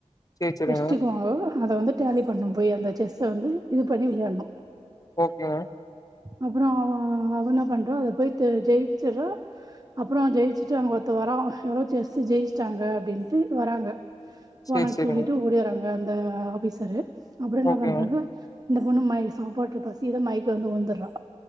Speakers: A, on the left (about 30°); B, on the right (about 35°).
A: சேரி சேரிங்க
B: வெஸ்ட் <unintelligible> அத வந்து டேலி பண்ணும் போய் அந்த செஸ்ஸ வந்து இது பண்ணி விளையாட்ணு
A: ஓகேங்க
B: அப்பறோ அவ அவெ என்ன பண்றா அத போய் தெ ஜெயிச்சற அப்பறோ ஜெயிச்சுட்டு அங்க ஒருத்த வரறா யாரோ செஸ்ஸு ஜெயிச்சிட்டாங்க அப்டின்ட்டு வராங்க
A: சேரி
B: ஒனக்கு
A: சேரிங்க
B: சொல்லிட்டு ஓடியறாங்க அந்த ஆஃபீசரு அப்பறோ என்ன
A: ஓகேங்க
B: பண்றாங்க இந்த பொண்ணு மய சாப்பாடுல பசியோட மயக்க வந்து வுழுந்தட்றா